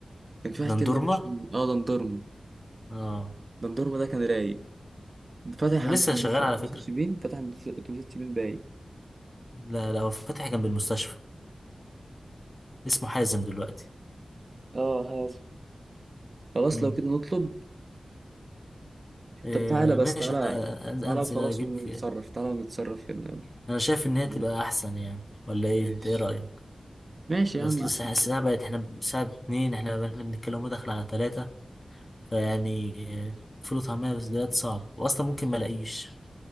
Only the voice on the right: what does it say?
كان في واحد
كده مش اه دندورما
دندورما ده كان رايق فاتح
عند
اتوبيسات
شيبين فاتح عند اتوبيسات شيبين باي
اه خلاص خلاص
لو كده نطلب
طب تعالى بس
تعالى
تعالى وخلاص
ونتصرف
تعالى ونتصرف هنا
يلا
ماشي
ماشي يا
عم احسن